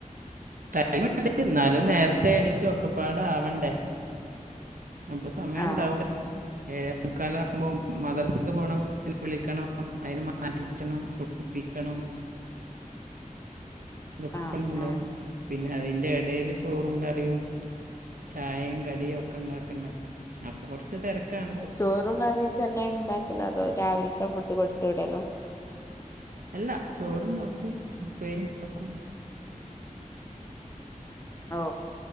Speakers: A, on the right (about 80°); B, on the left (about 20°).
A: ടൈംണ്ട് എന്നാലും നേരത്തെ എണീറ്റ് ഒക്കെപ്പാട ആവണ്ടേ അപ്പൊ സമയം
B: ആഹ്
A: ഉണ്ടാവൂല ഏഴ മുക്കാല ആകുമ്പോൾ മദ്രസക്ക് പോകണെ വിളിക്കണം അതിനെ മാറ്റിക്കണം കുടിപ്പിക്കണം
B: <inaudible>
A: അതൊക്കെ
B: ആഹ്
A: പണി ഉണ്ടാവും
B: ആഹ്
A: പിന്നെ അതിന്റെ ഇടയില് ചോറും കറിയും ചായയും കടിയും ഒക്കെ ഉണ്ടാക്കണ്ടേ കുറച്ച് തിരക്കാണ്
B: ചോറും കറിയുംൊക്കെ തന്നെയ ഉണ്ടാക്കല അതോ രാവിലത്തെ ഫുഡ് കൊടുത്ത വിടല്ലോ
A: അല്ല ചോറണ്ടാക്കും ഉപ്പേരുണ്ടാക്കും
B: ഓ